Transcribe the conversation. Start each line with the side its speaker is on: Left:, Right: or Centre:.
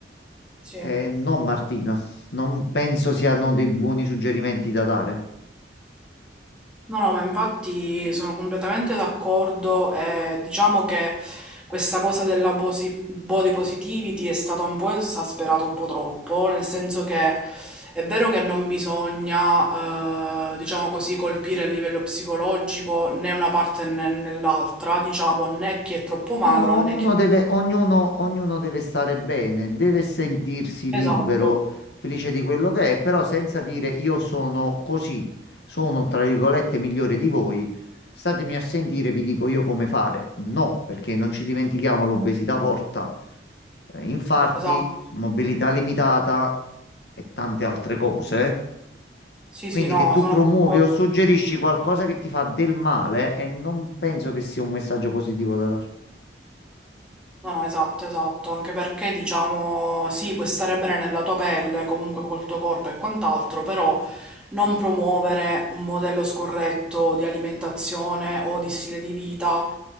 Centre: sì.
Left: eh, no, Martina, non penso siano dei buoni suggerimenti da dare.
Centre: No, no, ma infatti sono completamente d'accordo e diciamo che questa cosa della bosi- body positivity è stata un po' esasperata un po' troppo, nel senso che è vero che non bisogna, eh, diciamo così, colpire a livello psicologico né una parte né nell'altra, diciamo, né chi è troppo magro
Left: No,
Centre: né
Left: ognuno
Centre: chi è troppo...
Left: deve, ognuno, ognuno deve stare bene, deve sentirsi libero,
Centre: Esatto,
Left: felice di quello che è, però senza dire io sono così, sono tra virgolette migliore di voi, statemi a sentire, vi dico io come fare. No, perché non ci dimentichiamo, l'obesità porta eh, infarti,
Centre: esatto.
Left: mobilità limitata e tante altre cose.
Centre: Sì,
Left: Quindi
Centre: sì, no,
Left: che tu
Centre: sono
Left: promuovi
Centre: d'accordo.
Left: o suggerisci qualcosa che ti fa del male e non penso che sia un messaggio positivo da dare.
Centre: No, no, esatto, esatto, anche perché diciamo sì, puoi stare bene nella tua pelle, comunque col tuo corpo e quant'altro, però non promuovere un modello scorretto di alimentazione o di stile di vita